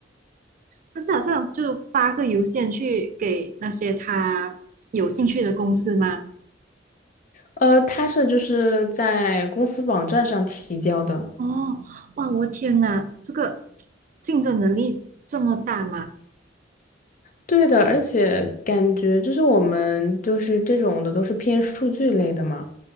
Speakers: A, on the right; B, on the left.
A: 但是好像就发个邮件去给那些他有兴趣的公司吗？
B: 呃，他是就是在公司网站上提交的。
A: 哦，哇，我天哪，这个竞争能力这么大吗？
B: 对的，而且感觉就是我们就是这种的都是偏数据类的嘛，